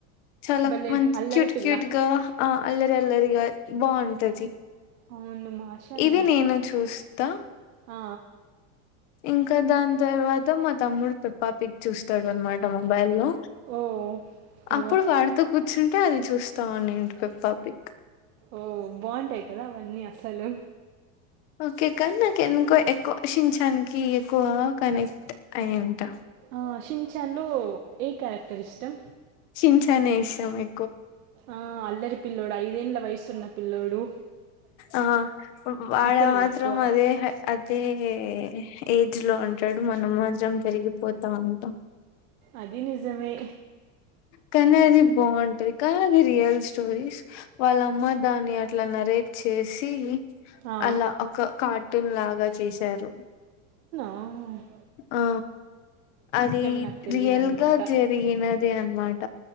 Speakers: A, on the left; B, on the right.
A: చాలా
B: భలే
A: మంచి
B: అల్లరి
A: క్యూట్
B: పిల్ల
A: క్యూట్గా ఆ అల్లరి అల్లరిగా బాగుంటది.
B: అవును మాషన్
A: ఇవి నేను చూస్తా.
B: ఆ
A: ఇంకా దాని తర్వాత మా తమ్ముడు పెప్పా పిగ్ చూస్తాడు అనమాట. ట మొబైల్ లో
B: ఓ పెరుగ-
A: అప్పుడు వాడితొ కూర్చుంటే అది చూస్తాంని ఇంటికో పప్పి
B: ఓ బాగుంటాయి కదా అవన్నీ అస్ హలో
A: ఓకే కానీ నాకు ఎందుకో ఎక్కువ షించానికి ఎక్కువ కనెక్ట్ అయ్యింట.
B: ఆ షించాన్లో ఏ క్యారెక్టర్ ఇష్టం.
A: షించాన్ ఏషం మె
B: ఆ అల్లరి పిల్లోడు ఐదు ఎన్లు వయసున్న పిల్లో హలో
A: ఆ వ్వా వాడు
B: తెలివి
A: మాత్రం
B: ఎక్కువ
A: అదే హేయ్ అదే ఎహ్ ఏజ్ లో ఉంటాడు మానమ్మా విరం పెరిగి పోతా ఉంట
B: అది నిజమే
A: కానీ అది బాగుంటది. కానీ అది రియల్ స్టోరీస్ వాళ్ళమ్మ దాన్ని అట్లా నరేట్ చేసి
B: ఆ
A: అలా ఒక కార్టూన్ లాగా చేశారు.
B: ఆ
A: ఆ అది
B: నాకు తెలియదు
A: రియల్గా
B: అనమాట
A: జరిగినది. అనమాట